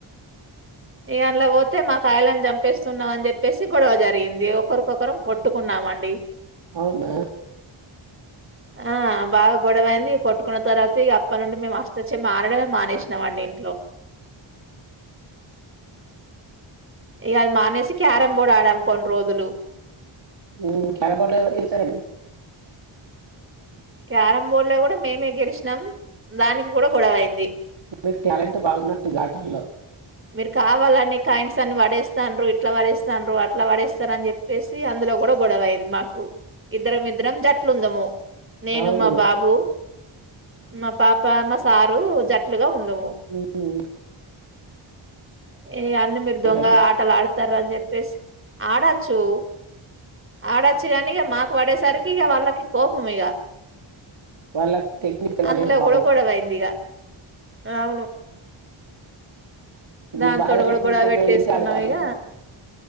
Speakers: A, on the right (about 25°); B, on the right (about 60°).
A: ఇక అందులో పోతే మాకాయలను చంపేస్తున్నాం అని చెప్పేసి గొడవ జరిగింది ఒకరికొకరం కొట్టుకున్నామండి
B: అవునా
A: ఆ బా గొడవైంది కొట్టుకున్న తర్వాత ఇగ అప్పట్ నుండి మేము అష్టా చమ్మా ఆడడమే మానేసినామండి ఇంట్లో ఇకది మానేసి క్యారం బోర్డ్ ఆడాము కొన్ని రోజులు
B: హ్మ్ క్యారమ్ బోర్డ్ లో ఎవరు గెలిచారండి
A: క్యారం బోర్డ్ లో కూడా మేమే గెలిచినాం దానికి కూడా గొడవైంది
B: మీకు టాలెంట్ బాగున్నట్టుంది ఆటల్లో
A: మీరు కావాలని కాయిన్స్ అన్ని పడేస్తాన్ రు ఇట్లాపడేస్తాన్ రు అట్లా పడేస్తాన్ రు అని చెప్పేసి అందులో కూడా గొడవ అయింది మాకు ఇద్దరంమిద్దరం జట్లుంన్నము నేను
B: అవును
A: మా బాబు మా పాప మా సారు జట్లుగా ఉండే
B: ఊహు
A: ఏ అన్న మీరు దొంగ
B: మరి
A: ఆటలు ఆడుత తర్ అని చెప్పేసి ఆడొచ్చు ఆడొచ్చు కానిక మాకు పడేసరికి ఇక వాళ్ళకి కోపం ఇగ
B: వాళ్ళకి టెక్నిక్ తెలవదేమో
A: అందులో
B: పాపం
A: కూడా గొడవయింది ఇక అవును దాంతోటి
B: మీరు బాగా
A: కూడా
B: టెక్నిక్
A: గొడవ
B: ఉపయోగించి
A: పెట్టేసుకున్నాం
B: ఆడేవారేమో
A: ఇక